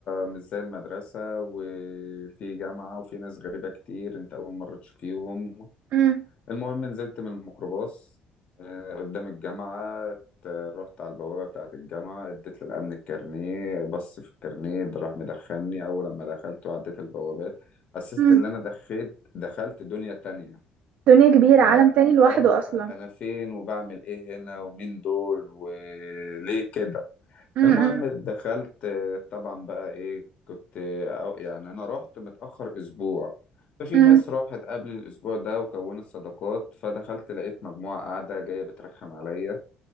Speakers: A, on the left; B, on the right.
A: مش زي المدرسة وفي جامعة وفي ناس غريبة كتير انت اول مرة تشوفيهم
B: امم
A: المهم نزلت من الميكروباص آه، قدام الجامعة ت- رحت على البوابة بتاعة الجامعة اديت للأمن الكارنيه بص في الكارنيه ده راح مدخلني أول لما دخلت وعديت البوابات حسيت
B: امم
A: إن أنا دخلت دخلت دنيا تانية
B: دنيا كبيره
A: آه
B: عالم تاني لوحده
A: آه،
B: اصلا
A: أنا فين وبعمل إيه هنا ومين دول وليه كده
B: امم
A: المهم دخلت آه، طبعا بقى ايه كنت آه، أو- يعني انا رحت متأخر اسبوع ففي
B: امم
A: ناس راحت قبل الاسبوع ده وكونت صداقات فدخلت لقيت مجموعة قاعدة جاية بترخم عليا